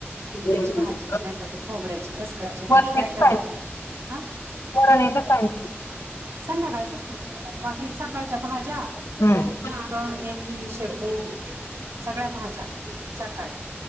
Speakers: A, on the left; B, on the right.
A: राहू
B: इिलक्याची भाजी काय कर खोबऱ्याची खसखसची भाजी
A: वरण
B: काय
A: एकच
B: करायची
A: आहे
B: हा
A: वरण एत काय
B: संध्याकाळचच ना सकाळच्या भाज्या
A: हम्म.
B: मेथी शेपू सगळ्या भाज्या सकाळच्या